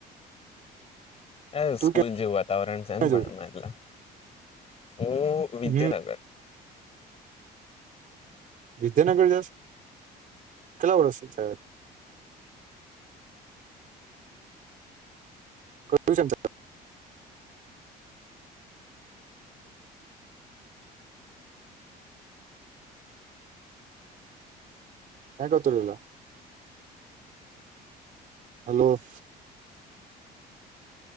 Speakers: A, on the left; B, on the right.
A: એ
B: તું
A: સ્કૂલ જેવું વાતાવરણ છે
B: ક્યાં
A: ને પણ
B: જોડ
A: એમાં એટલા, હું વિદ્યાનગર.
B: હમ વિદ્યાનગર જશે, કેટલા વર્ષ જાય? કું <unintelligible> ક્યા ગતુ રેલા? હલો.